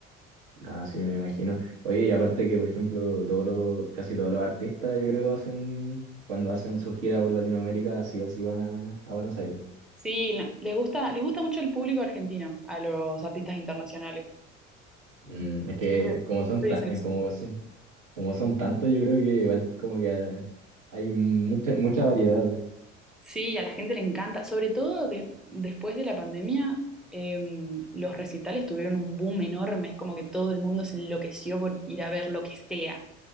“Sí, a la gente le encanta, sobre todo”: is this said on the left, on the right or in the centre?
Centre